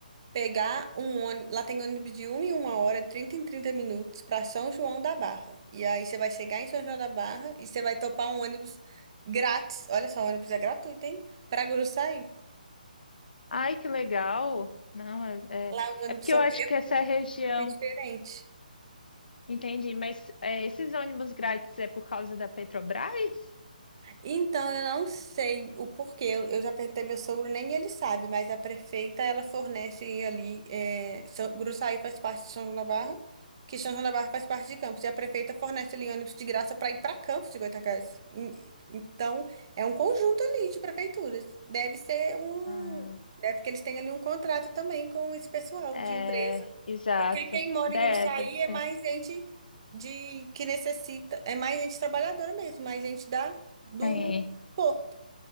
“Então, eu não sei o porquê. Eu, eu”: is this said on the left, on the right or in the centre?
Right